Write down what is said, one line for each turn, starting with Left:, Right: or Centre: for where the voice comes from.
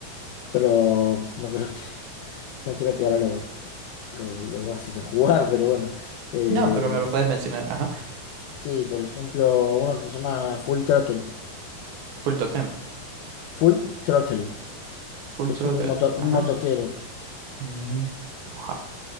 Left: Pero no creo que, no creo que ahora lo, lo, lo vas a hacer jugar, pero bueno. Es-
Right: No, pero me lo puedes mencionar, ajá.
Left: sí, por ejemplo, uno que se llama Full Throttle.
Right: Full Totem.
Left: Full Throttle.
Right: Full
Left: Es
Right: Throttle.
Left: un moto, un
Right: Ajá.
Left: motoquero.
Right: Mm, oja,